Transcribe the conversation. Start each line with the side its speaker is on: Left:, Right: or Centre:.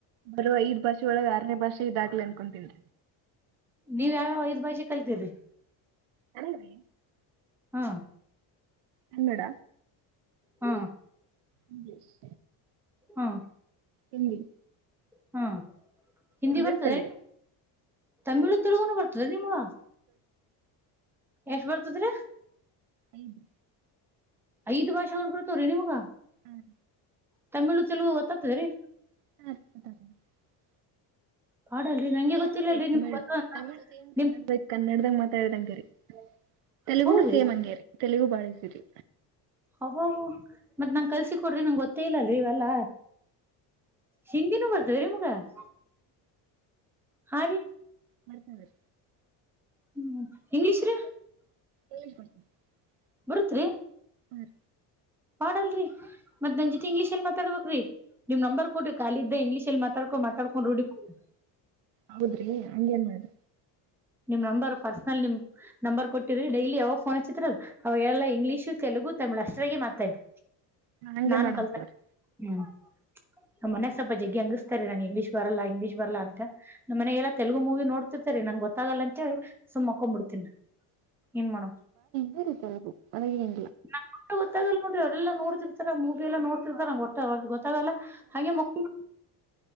Right: ಬರುವಐ್ ಭಾಷೆ ಒಳಗ್ ಆರನೇ ಭಾಷೆ ಇದಾಗ್ಲಿ ಅನ್ಕೊಂತನ್
Centre: ನೀವ್ ಯಾವ್ಯಾವ ಐದ್ ಭಾಷೆ ಕಲ್ತಿದ್ರಿ
Right: ಅೀ <unintelligible>
Centre: ಹಾ
Right: ಕನ್ನಡ
Centre: ಹಾ
Right: ಇಂಗ್ಲಿಷ್
Centre: ಹಾ
Right: ಹಿಂದಿ
Centre: ಹ್ಮ ಹಿಂದಿ
Right: ತಮಿಳ್
Centre: ಬರ್ತದೆ
Right: ತೆಲುಗು
Centre: ತಮಿಳು ತೆಲುಗುನು ಬರ್ತದೆ ನಿಮ್ಗ ಎಷ್ಟ್ ಬರ್ತದ್ರಿ
Right: ಐದು
Centre: ಐದ್ ಭಾಷೆ ತೋ್ರರಿ ನಿಮಗ
Right: ಹ್ಮ್
Centre: ತಮಿಳು ತೆಲುಗು ಬರ್ತದಾರಿ
Right: ಹ
Centre: ಪಾಡಲ್ರಿ ನಂಗೆ
Right: ಸೇಮ್
Centre: ಗೊತ್ತಿಲ್ಲಲ್ರಿ
Right: ರೀ ತಮಿಳ್
Centre: ನಿಮ್ಗ್ ಗೊತ್ತ ಅಂತ
Right: ತಮಿಳ್ ಸೇಮ್
Centre: ನಿಮ್
Right: ಕನ್ನಡ ಬಕ್ ಕನ್ನಡ <unintelligible> ಮಾತಾಡಂಗರಿ ತೆಲುಗುನು
Centre: ಹೌದ್ರಿ
Right: ಸೇಮ್ ಹಂಗ್ಯರಿ ತೆಲುಗು ಬಹಳ ಈಸಿ
Centre: ಹಬ ಮತ್ ನಂ ಕಲ್ಸಿ ಕೊಡ್ರಿ ನಂಗೆ ಗೊತ್ತೇ ಇಲ್ಲಲ್ ಇವೆಲ್ಲ ಹಿಂದಿನೂ ಬರ್ತವೆ ರೀ ನಿಮ್ಗಾ <inaudible> ಹಾ ರೀ
Right: ಬರುತ್ತಿರಿ
Centre: ಹ್ಮ್ ಇಂಗ್ಲೀಷ್ ರೀ
Right: <unintelligible>
Centre: ಬರುತ್ರಿ
Right: ಹ ರಿ
Centre: ಮಾಡಾಡಲ್ರರಿ ಮತ್ ನನ್್ಿ ಇಂಗ್ಲೀಷ ಅಲ್ಲಿ ಮಾತಾಡ್ಬೇಕಕ್್ರೀ ನಿಮ್ ನಂಬರ್ ಕೊಡಿ ಕಾಲ ಇದ್ದ ಇಂಗ್ಲೀಷ್ ಚಲ್ ಮಾತಡಕೊಂಡ ಮಾತಾಡ್ಕೊಂಡ ರುಡಿ <unintelligible>
Right: ಹೌದ್ರಿ ಹಂಗೇನ್ ಮಾಡ್ದ
Centre: ನಿಮ್ ನಂಬರ್ ಪರ್ಸನಲ್ ನಿಮ್ ನಂಬರ್ ಕೊಟ್ಟಿದ್ರಿ ಡೈಲಿ ಯಾವಾಗ ೋನ್ ಹಚ್ಚಿದ್ರಲ್ ಅವಾಗೆಲ್ಲ ಇಂಗ್ಲಿಷ ತೆಲುಗ <unintelligible> ಅಷ್ಟ್ರಗೆ ಮಾತಾಡ್ಿ
Right: ಹಂಗೆ
Centre: ನಾನು
Right: ಮಾಡಮ್
Centre: ಕಲ್ತಾನಿ
Right: ತಗೋರಿ.
Centre: ಹ್ಮ್ ಮನಾಗ <unintelligible> ಜಗ್ಗಿ ಅಂಗ್ತಾರೆ ನನ್ಗೆ ಇಂಗ್ಲಿಷ್ ಬರಲ್ಲ ಇಂಗ್ಲಿಷ್ ಬರಲ್ಲ ಅಂತ ನಮ್ಮನೆಲೆಲ್ಲ ತೆಲುಗು ಮೂವಿ ನೋಡ್ತಿರ್ತಾರೆ ನನ್ಗೆ ಗೊ ಸುಮ್ಮ ಮನ್ಕೊಬಿಡ್ತೀನ ಏನ್ ಮಾಡದು
Right: ಸರಿ ತಗೋ ಅದೇನಿಲ್ಲ.
Centre: ನಂಗ್ ಗೊತ್ತಗಲ್ಲ ನೋಡಿ ಅವ್ರಲ್ಲ ನೋಡ್ತಿರ್ತಾರ ಮೂವಿ ಎಲ್ಲ ನೋಡ್ತಿರ್ತಾರ <unintelligible> <unintelligible>